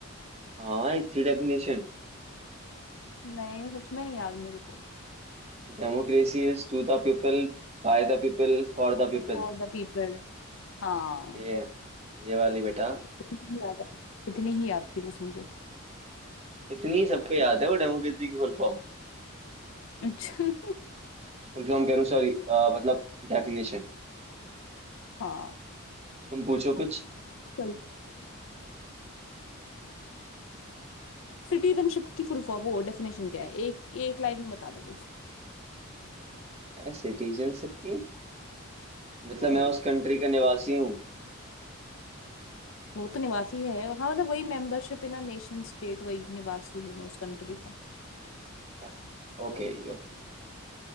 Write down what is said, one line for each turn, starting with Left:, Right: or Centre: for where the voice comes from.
Right: हाँ एक थी definition
Left: नहीं सच में नहीं याद मेरे को
Right: Democracy is to the people by the people for
Left: अच्छा
Right: the people
Left: फॉर द पीपल हाँ
Right: ये है, ये
Left: कितनी
Right: वाली बेटा
Left: ही याद है कितनी ही याद थी बस मुझे
Right: इतनी सबको याद है वो डेमोक्रेसी की फुल फॉर्म
Left: <laughs> अच्छा
Right: फुल फॉर्म कह रहा हूँ सॉरी मतलब डेफिनेशन
Left: हाँ
Right: तुम पूछो कुछ
Left: सॉरी सिटीजनशिप की फुल फॉर्म वो डेफिनेशन क्या है एक एक लाइन में बता दे बस
Right: सिटीजनशिप की मतलब
Left: हम्म
Right: मैं उस कंट्री का निवासी हूँ
Left: वो तो निवासी है हाँ मतलब वही membership in a nation state वही निवासी हूँ मैं उस कंट्री का
Right: यस Okay okay